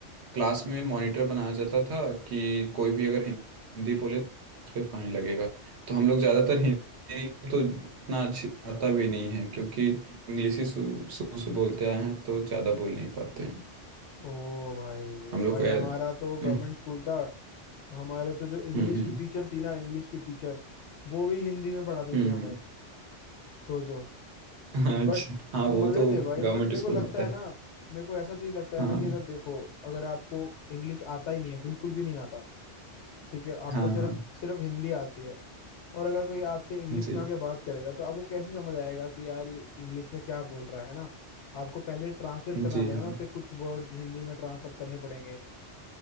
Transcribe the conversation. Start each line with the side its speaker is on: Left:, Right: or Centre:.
Right: क्लास में मॉनिटर बनाया जाता था कि कोई भी अगर हिं- हिंदी बोले तो उस पर फाइन लगेगा तो हम लोग ज़्यादातर हिंदी तो उतना अच्छी आता भी नहीं है क्योंकि इंग्लिश ही शुरू शुरू से बोलते आए हैं तो ज़्यादा बोल नहीं पाते हैं
Left: ओ भाई
Right: हम लोग
Left: भाई
Right: को ऐ-
Left: हमारा तो गवर्नमेंट
Right: हम्म
Left: स्कूल था तो हमारे तो जो इंग्लिश
Right: हम्म हम्म
Left: की टीचर थी ना इंग्लिश की टीचर वो भी हिंदी में पढ़ाती
Right: हम्म,
Left: थी हमें
Right: हम्म,
Left: सोचो
Right: हाँ,
Left: बट
Right: अच्छा हाँ वो
Left: मजे
Right: तो
Left: थे भाई
Right: गवर्नमेंट
Left: बट मेरे
Right: स्कूल
Left: को लगता
Right: में होता
Left: है
Right: है
Left: ना मेरे को ऐसा चीज लगता
Right: हाँ
Left: है ना कि अगर देखो अगर आपको इंग्लिश आता ही नहीं है बिल्कुल भी नहीं आता ठीक है आपको
Right: हाँ
Left: सिर्फ
Right: हाँ
Left: सिर्फ हिंदी आती है और अगर कोई आपसे इंग्लिश
Right: जी
Left: में आके बात करेगा तो आपको कैसे समझ आएगा कि यार ये इंग्लिश में क्या बोल रहा है है ना आपको पहले ट्रांसलेट करना
Right: जी
Left: पड़ेगा
Right: हाँ
Left: ना उसे कुछ वर्ड्स हिंदी में ट्रांसलेट करने पड़ेंगे